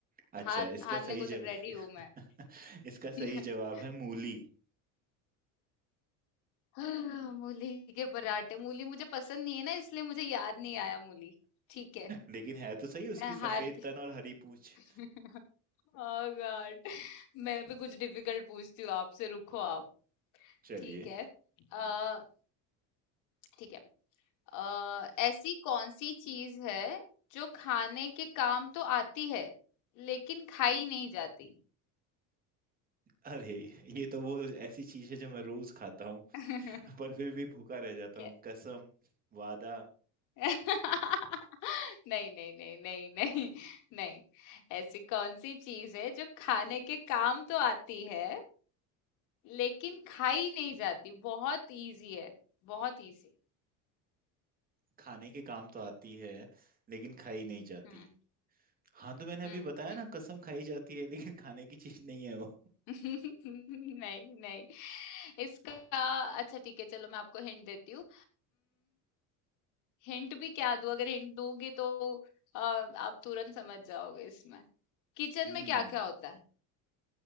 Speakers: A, on the right (about 25°); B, on the left (about 55°).
A: अच्छा
B: हार
A: इसका
B: हारने
A: सही
B: को
A: जवाब
B: रेडी हूँ मैं
A: <laughs> इसका
B: <laughs>
A: सही जवाब है मूली
B: हाँ, मूली के पराठे मूली मुझे पसंद नहीं है ना इसलिए मुझे याद नहीं आया मूली ठीक है
A: लेकिन है तो सही उसकी
B: मैं
A: सफेद
B: हारती
A: तन और हरी पूंछ
B: <laughs> ओह गॉड मैं भी कुछ डिफिकल्ट पूछती हूँ आपसे रुको आप
A: चलिए
B: ठीक है अ ठीक है अ, ऐसी कौन सी चीज है जो खाने के काम तो आती है लेकिन खाई नहीं जाती
A: अरे ये तो वो ऐसी चीज है जो मैं रोज खाता हूँ
B: <laughs>
A: <laughs> पर फिर भी भूखा रह जाता
B: क्या
A: हूँ कसम वादा
B: <laughs> नहीं नहीं नहीं नहीं नहीं नहीं ऐसी कौन सी चीज है जो खाने के काम तो आती है लेकिन खाई नहीं जाती बहुत इजी है बहुत इजी
A: खाने के काम तो आती है लेकिन खाई नहीं जाती
B: हम्म
A: हाँ तो मैंने
B: हम्म
A: अभी बताया
B: हम्म।
A: ना कसम खाई जाती है लेकिन खाने की चीज नहीं है वो
B: <laughs> नहीं नहीं इसका अच्छा ठीक है चलो मैं आपको हिंट देती हूँ हिंट भी क्या दूँ अगर हिंट दूंगी तो अ, आप तुरंत समझ जाओगे इसमें किचन
A: हम्म
B: में क्या क्या होता है